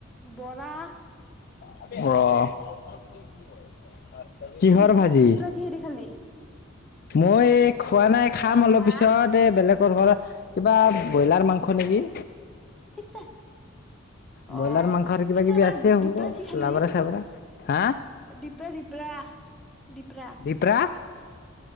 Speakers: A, in the centre; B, on the left.
A: বৰা
B: অ', কিহৰ
A: দিপ-
B: ভাজি
A: দিপৰা কি হে দি খালি?
B: মই এ খোৱা নাই খাম অলপ
A: হা
B: পিছত। তে বেলেগৰ ঘৰ কিবা বইলাৰ মাংস নেকি?
A: <unintelligible>
B: ব্ৰইলাৰ
A: অ'সেই
B: মাংসৰ কিবা কিবি
A: তাৰমা
B: আছে হ'ব
A: দীপৰা কি খালি?
B: লাবৰা চাবৰা হা
A: দিপৰা, দিপৰা, দিপৰা?
B: দিপৰা?